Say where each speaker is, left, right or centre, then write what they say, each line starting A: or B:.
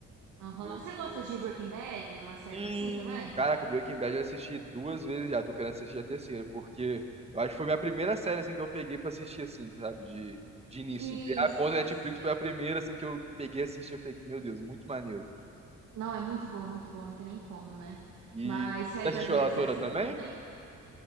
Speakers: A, on the right; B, on the right.
A: Aham.
B: Do,
A: Você gosta
B: do...
A: de Breaking Bad, umas séries
B: Hum.
A: assim também?
B: Caraca, Breaking Bad eu assisti duas vezes já, tô querendo assistir a terceira, porque eu acho que foi a minha primeira série, assim, que eu peguei pra assistir, assim, sabe? De, de início,
A: Isso.
B: assim. Criar a conta Netflix foi a primeira, assim, que eu peguei e assisti, eu falei, meu Deus, muito maneiro.
A: Não, é muito boa, muito boa, não tem nem como, né?
B: E
A: Mas série
B: você assistiu
A: brasileira
B: ela
A: você
B: toda
A: assiste
B: também?
A: também?